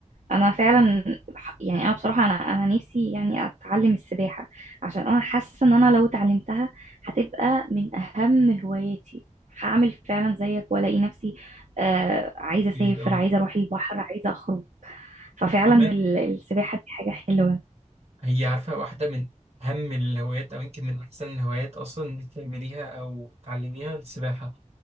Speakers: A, on the right (about 70°); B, on the right (about 55°).
A: انا فعلا ح- يعني انا بصراحة انا انا نفسي يعني اتعلم السباحة عشان انا حاسة ان انا لو اتعلمتها هتبقى من اهم هواياتي هعمل فعلا زيك والاقي نفسي آه عايزة اسافر
B: أكيد أه
A: عايزة اروح البحر عايزة اخرج ففعلا
B: كمان
A: ال- السباحة دي حاجة حلوة
B: هي عارفة واحدة من أهم الهوايات أو يمكن من أحسن الهوايات أصلا إن أنت تعمليها أو تعلميها السباحة